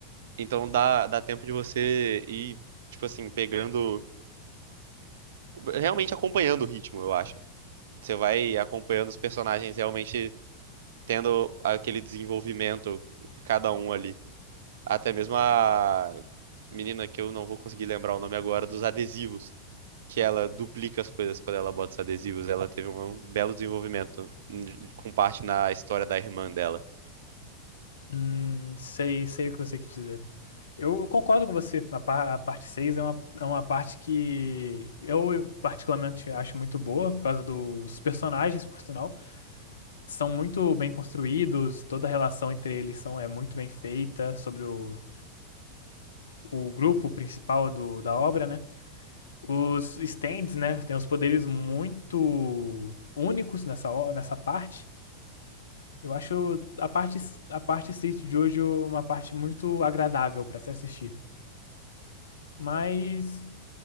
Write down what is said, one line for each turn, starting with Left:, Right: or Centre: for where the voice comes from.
Right: Então dá, dá tempo de você ir, tipo assim, pegando. Realmente acompanhando o ritmo, eu acho. Você vai acompanhando os personagens realmente tendo aquele desenvolvimento, cada um ali. Até mesmo a menina que eu não vou conseguir lembrar o nome agora, dos adesivos que ela duplica as coisas quando ela bota os adesivos. Ela teve um um belo desenvolvimento hum, com parte na história da irmã dela.
Left: Hum, sei, sei o que você quis dizer. Eu concordo com você. A, pa- a parte 6 é uma, é uma parte que eu particularmente acho muito boa, por causa dos personagens, por sinal. São muito bem construídos, toda a relação entre eles são, é muito bem feita, sobre o, o grupo principal do, da obra, né? Os stands, né? Tem os poderes muito únicos nessa, o- nessa parte. Eu acho a parte, a parte City de hoje uma parte muito agradável pra se assistir. Mas